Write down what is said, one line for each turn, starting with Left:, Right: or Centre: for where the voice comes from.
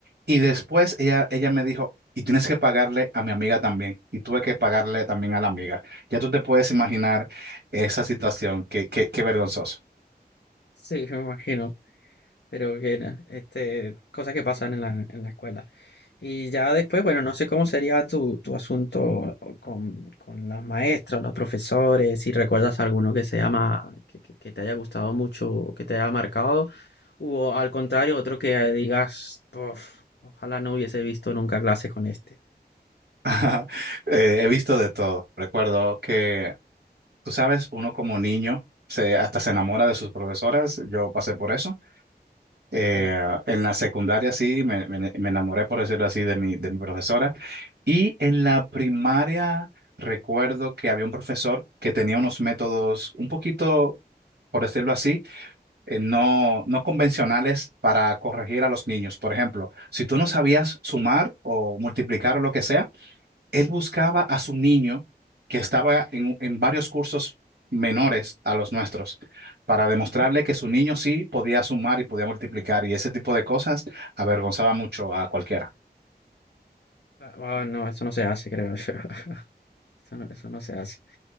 Right: y después ella, ella me dijo, y tienes que pagarle a mi amiga también. Y tuve que pagarle también a la amiga. Ya tú te puedes imaginar esa situación, qué, qué, qué vergonzoso.
Left: eh, sí, <laughs> me imagino. Pero que, na- este, cosas que pasan en la, en la escuela. Y ya después, bueno, no sé cómo sería tu, tu asunto con, con las maestras, los profesores, si recuerdas alguno que se llama, que, que- que te haya gustado mucho, o que te haya marcado, o al contrario, otro que digas, "Puf, ojalá no hubiese visto nunca clase con este.
Right: <laughs> Eh, he visto de todo. Recuerdo que, tú sabes, uno como niño se, hasta se enamora de sus profesoras. Yo pasé por eso. Eh,
Left: <laughs>
Right: en la secundaria sí, me, me- me enamoré, por decirlo así, de mi, de mi profesora. Y en la primaria recuerdo que había un profesor que tenía unos métodos un poquito, por decirlo así, eh, no, no convencionales para corregir a los niños. Por ejemplo, si tú no sabías sumar o multiplicar o lo que sea, él buscaba a su niño que estaba en, en varios cursos menores a los nuestros para demostrarle
Left: ¿Mm?
Right: que su niño sí podía sumar y podía multiplicar y ese tipo de cosas avergonzaba mucho a cualquiera.
Left: Ah, no, eso no se hace, creo yo. <laughs> Eso no, eso no se hace.